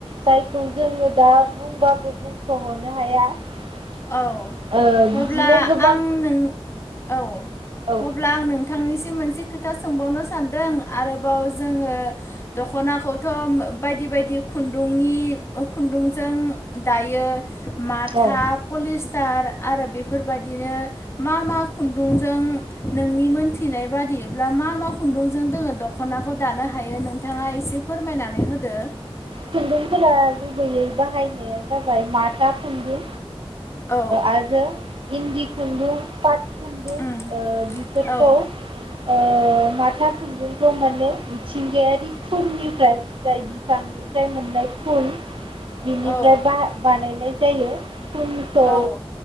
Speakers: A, on the right (about 55°); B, on the left (about 25°).
A: जाय। जोङो दा बुंबाबो बुंख'हरनो हाया ओ
B: औ
A: बिदिनो
B: अब्ला
A: गोबां
B: आं नों औ
A: औ
B: अब्ला आं नोंथां थांनिसिम मोनसे खोथा सोंबावनो सानदों आरोबाव जोङो दख'नाखौथ' बायदि बायदि खुन्दुंनि खुन्दुंजों दायो माथा
A: औ
B: पलिस्टार आरो बेफोरबायदिनो मा मा खुन्दुंजों नोंनि मोनथिनाय बादिब्ला मा मा खुन्दुंजों दङो दख'नाखौ दानो हायो नोंथाङा एसे फोरमायनानै होदो
A: खुन्दुं फोरा गुबैयै बाहायनाया जाबाय माथा खुन्दुं
B: औ
A: आरो इन्डि खुन्दुं खुन्दुं
B: उम
A: ओ बिफोरखौ
B: औ
A: ओ माथा खुन्दुंखौ माने मिथिंगायारि खुननिफ्राय जाय बिफांनिफ्राय मोननाय फुल बिनिफ्राय
B: औ
A: बानायनाय जायो खुनखौ
B: औ